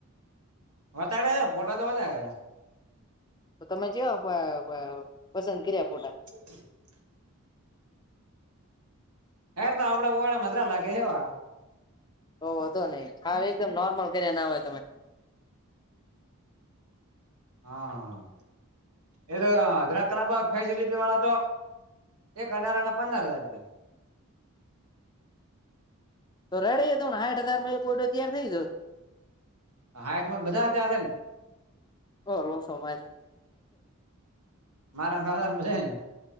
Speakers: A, on the right; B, on the left.
A: વટારે છે ફોટા તો વધારેે છે.
B: તો તમે જોઓ વ વ પસંદ કર્યા ફોટા?
A: <inaudible> યાર તો આપણા <unintelligible> લાગે હેવા.
B: તો વાંધો નહી હા એકદમ નોર્મલ કર્યા ના હોય તમે.
A: હા, એ તો <unintelligible> ફેસિલીટી વાળા તો એક અઢાર ના પંદર હજાર રૂપિયા.
B: તો <unintelligible> હજાર માં કોડો તયાર થઈ દો.
A: હાઈટમાં બધા ચ્યા છે ને?
B: ઓ રૂમ સમાજ.
A: મારા સસરા બધાએ ને.